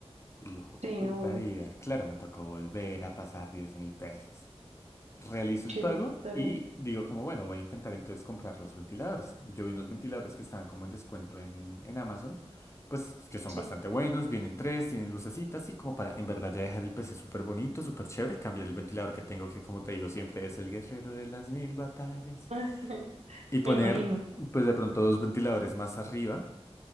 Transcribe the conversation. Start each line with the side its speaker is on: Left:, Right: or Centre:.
Left: Y yo, jue
Right: Sí,
Left: puta
Right: obvio.
Left: vida, claro, me tocó volver a pasar diez mil pesos. Realizo el
Right: Chistere.
Left: pago y digo como, bueno, voy a intentar entonces comprar los ventiladores. Yo vi unos ventiladores que estaban como en descuento en, en Amazon, pues que son
Right: Sí,
Left: bastante buenos, vienen tres, tienen lucecitas y como para en verdad ya dejar el PC súper bonito, súper chévere, cambiar el ventilador que tengo que, como te digo, siempre es el guerrero de las mil batallas
Right: Ay,
Left: y poner
Right: me imagino.
Left: pues de pronto dos ventiladores más arriba